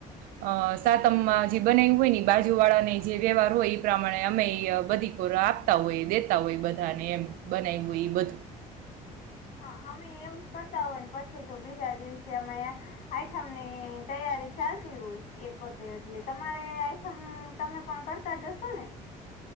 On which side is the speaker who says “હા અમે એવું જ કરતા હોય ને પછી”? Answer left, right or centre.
Left